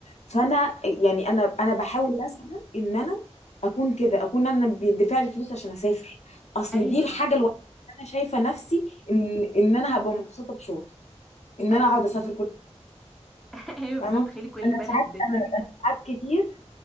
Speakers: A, on the left; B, in the centre.
A: فانا يعني انا انا بحاول اسعى ان انا اكون كده اكون انا بيدفع لي فلوس عشان اسافر اصل
B: ايوه
A: دي الحاجه الوحيده انا شايفه نفسي ان ان انا هبقى مبسوطه بشغلي ان
B: ايوه
A: انا اقعد اسافر كل
B: <laughs> ايوه بالظبط
A: فاهمه
B: تخيلي كل
A: انا
B: بلد
A: ساعات
B: تيجي
A: انا انا ساعات كتير